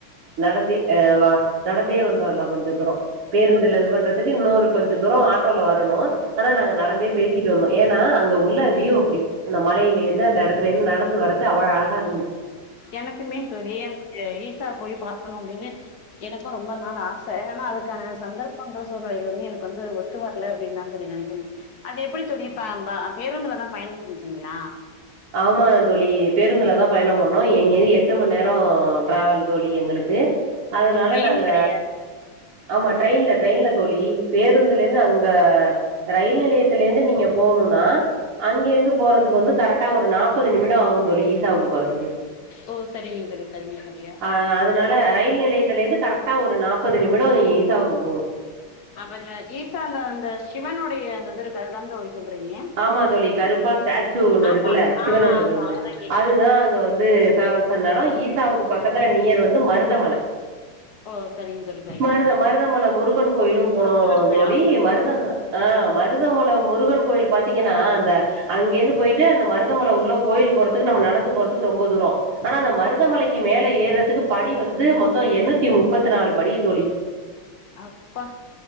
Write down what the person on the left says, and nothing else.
எனக்குமே தோழி எனக்கு ஈசா போய் பாக்கனு அப்டின்னு எனக்கு ரொம்ப நாள் ஆ சேயானா அதுக்கான சந்தர்ப்பங்கள் சூழ்நிலைகள் வந்து எனக் வந்து ஒத்து வரல அப்டின்தா தோழி நெனக்கணு அது எப்டி தோழி பே ப பேருந்துலதா பயணோ செஞ்சீங்ளா
ஓ ட்ரெயின்
கெடையாது
ஓ சரிங்க தோழி சரிங்க தோழி
அப்ப இந்த ஈசா அந்த அந்த சிவனுடைய அந்த இது இருக்கு அது தான் தோழி சொல்றீங்க
ஆமா
ஆ ஆமா
அதுதா கேக்குறே
ஓ சரிங்க தோழி சரிங்க
தோழி
முருகன் கோயில்
ஆமா
அப்பா